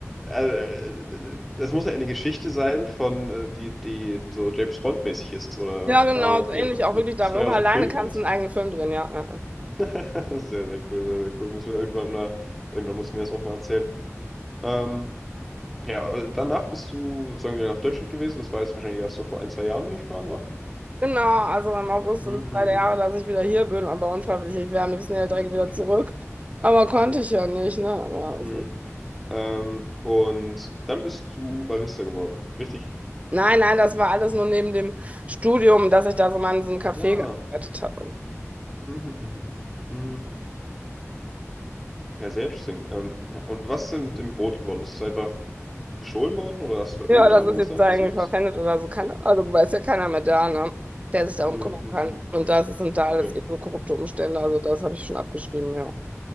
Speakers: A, in the centre; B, on the right.
A: äh, äh, das muss ja eine Geschichte sein von, äh, die, die so James Bond-mäßig ist oder,
B: Ja,
A: keine
B: genau,
A: Ahnung,
B: so
A: die
B: ähnlich
A: einfach
B: auch
A: so
B: wirklich darüber.
A: straight aus
B: Alleine
A: dem Film
B: kannst
A: kommt.
B: du einen eigenen Film drehen, ja. ja, ja.
A: <laughs> Sehr, sehr cool, sehr, sehr cool. Müssen wir irgendwann mal, irgendwann mussten wir das auch mal erzählen. Ähm, Ja, äh, danach bist du sozusagen wieder nach Deutschland gewesen. Das war jetzt wahrscheinlich erst so vor ein, zwei Jahren, nehme ich mal an, war?
B: Genau, also im August
A: Mhm,
B: sind es zwei
A: mhm.
B: Jahre, dass ich wieder hier bin, aber unfreiwillig. Ich wäre am liebsten ja direkt
A: Okay,
B: wieder zurück.
A: okay, okay.
B: Aber konnte ich ja nicht, ne? Ja, also-
A: Hm. Ähm, und dann bist du Barista geworden, richtig?
B: Nein, nein, das war alles nur neben dem Studium, dass ich da so mal in so einem Café
A: Ja.
B: gearbeitet habe.
A: Mhm, mhm, mhm. mhm. Ja, sehr interesting. Ähm, und was ist denn mit dem Boot geworden? Ist es einfach gestohlen worden oder hast du da irgendeine
B: Ja, das
A: Ahnung,
B: ist
A: was
B: jetzt
A: da
B: eigentlich
A: passiert
B: irgendwie
A: ist?
B: verpfändet oder so. Keine Ahnung, weiß ja keiner mehr da, ne? Der sich darum
A: Mhm,
B: kümmern
A: mhm.
B: kann. Und das sind da alles
A: Ja.
B: eben
A: <laughs>
B: so korrupte Umstände. Also das habe ich schon abgeschrieben, ja.